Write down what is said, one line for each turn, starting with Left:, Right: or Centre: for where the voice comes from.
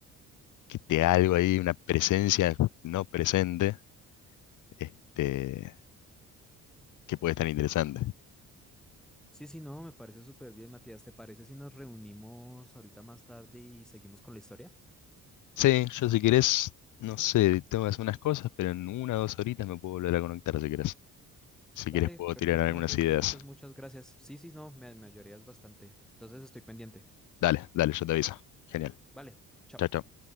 Left: que te da algo ahí, una presencia no presente, este, que puede estar interesante.
Centre: sí, sí, no, me parece súper bien, Matías. ¿Te parece si nos reunimos ahorita más tarde y seguimos con la historia?
Left: Sí, yo si querés, no sé, tengo que hacer unas cosas, pero en una o dos horitas me puedo volver a conectar si querés. Si
Centre: Dale,
Left: querés puedo
Centre: perfecto,
Left: tirar algunas
Centre: Matías.
Left: ideas.
Centre: Muchas, muchas gracias. Sí, sí, no, me, me ayudarías bastante. Entonces estoy pendiente.
Left: Dale, dale, yo te aviso. Genial.
Centre: Vale, chao.
Left: Chao, chao.